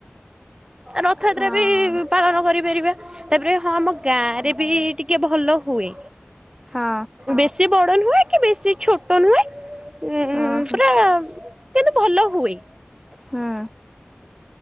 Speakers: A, on the right; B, in the centre.
A: ରଥଯାତ୍ରା
B: ହଁ।
A: ବି ପାଳନ କରିପାରିବା ତାପରେ ହଁ ଆମ ଗାଁରେ ବି ଟିକେ ଭଲ ହୁଏ।
B: ହଁ।
A: ବେଶୀ ବଡ ନୁହେଁ କି ବେଶୀ ଛୋଟ ନୁହେଁ। ଉଁ
B: ଓହୋ
A: ପୁରା କିନ୍ତୁ ଭଲ ହୁଏ।
B: ହଁ।